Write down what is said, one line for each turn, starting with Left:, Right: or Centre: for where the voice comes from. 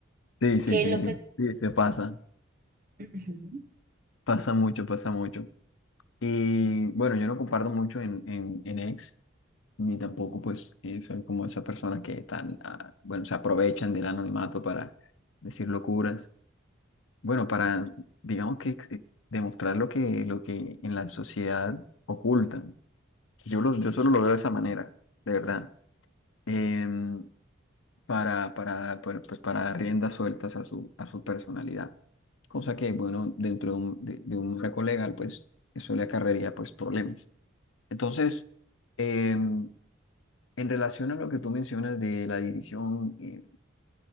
Left: Sí, sí,
Right: que
Left: sí,
Right: lo
Left: sí.
Right: que...
Left: Sí, se pasa.
Right: Ujú,
Left: Pasa mucho, pasa mucho. Y bueno, yo no comparto mucho en, en, en ex, ni tampoco pues eh, soy como esas personas que están, ah, bueno, se aprovechan del anonimato para decir locuras. Bueno, para, digamos que ex- eh, demostrar lo que, lo que en la sociedad ocultan. Yo, los, yo solo lo veo de esa manera, de verdad. Em, para, para, para, pues, para dar riendas sueltas a su, a su personalidad. Cosa que, bueno, dentro de un, de, de un marco legal, pues eso le acarrearía pues problemas. Entonces, em, en relación a lo que tú mencionas de la división eh,